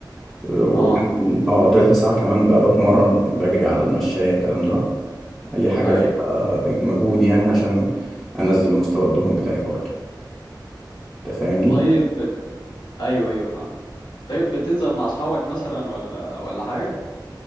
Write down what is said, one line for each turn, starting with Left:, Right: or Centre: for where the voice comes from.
Centre: اه، وكمان
Left: اه
Centre: اه تلت ساعة كمان بقى بتمرن بجري على المشاية الكلام ده أي حاجة
Left: ايوه
Centre: فيها مجهود يعني عشان أنزل مستوى الدهون بتاعي برضه انت فاهمني
Left: طيب ايوه ايوه فاهمك طيب بتنزل مع اصحابك مثلا ولا ولا حاجه